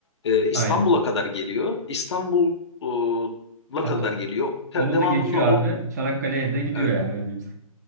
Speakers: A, on the left; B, on the right.
A: Ee, İstanbul'a
B: Aynen.
A: kadar geliyor. İstanbul'a
B: Hatta
A: kadar geliyor. Te-
B: onu
A: Devamında
B: da geçiyor
A: or
B: abi. Çanakkale'ye de gidiyor
A: evet,
B: yani öyle diyeyim.